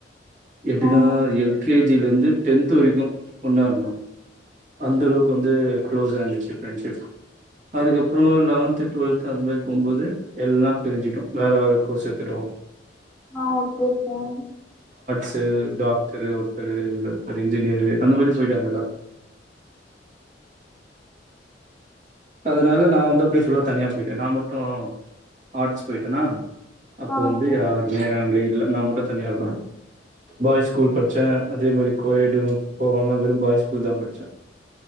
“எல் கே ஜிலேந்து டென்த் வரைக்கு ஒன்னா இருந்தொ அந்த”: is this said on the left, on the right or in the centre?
Right